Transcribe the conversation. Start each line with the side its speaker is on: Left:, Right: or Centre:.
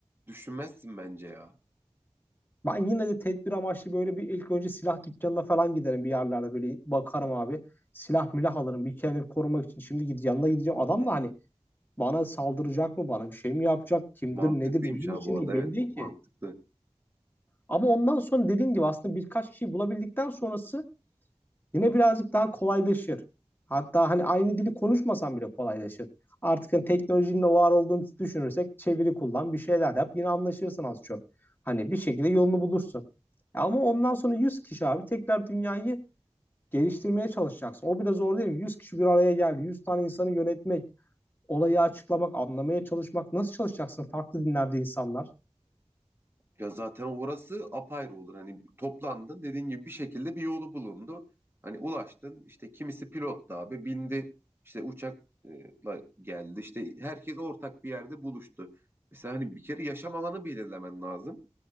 Right: düşünmezsin bence ya.
Left: Ben yine de tedbir amaçlı böyle bir ilk önce silah dükkanına falan giderim bir yerlerde böyle bakarım abi. Silah milah alırım bir kendimi korumak için. Şimdi gide yanına gideceğim. Adam
Right: Hmm.
Left: da hani bana saldıracak mı bana bir şey mi yapacak kimdir
Right: Mantıklıymış
Left: nedir neyin
Right: ha
Left: içinde
Right: bu arada
Left: belli
Right: evet
Left: değil
Right: mantıklı.
Left: ki. Ama ondan sonra dediğin gibi aslında birkaç kişiyi bulabildikten sonrası Yine birazcık daha kolaylaşır. Hatta hani aynı dili konuşmasan bile kolaylaşır. Artık hani teknolojinin de var olduğunu düşünürsek çeviri kullan, bir şeyler yap. Yine anlaşırsın az çok. Hani bir şekilde yolunu bulursun. Ama ondan sonra 100 kişi abi tekrar dünyayı geliştirmeye çalışacaksın. O bile zor değil mi? 100 kişi bir araya geldi. yüz tane insanı yönetmek, olayı açıklamak, anlamaya çalışmak. Nasıl çalışacaksın farklı dinlerde insanlar?
Right: Ya zaten orası apayrı olur. Hani toplandın dediğin gibi bir şekilde bir yolu bulundu. Hani ulaştın işte kimisi pilottu abi bindi işte uçakla geldi işte herkes ortak bir yerde buluştu. Mesela hani bir kere yaşam alanı belirlemen lazım.